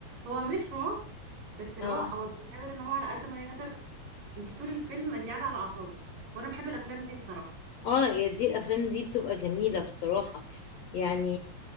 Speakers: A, on the right; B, on the left.
A: هو مش رعب بس اللي
B: اه
A: هو هو بيحاول ان هو على قد ما يقدر انت طول الفيلم انت قاعده على اعصابك وانا بحب الافلام دي الصراحه
B: اه يا دي الافلام دي بتبقى جميله بصراحه يعني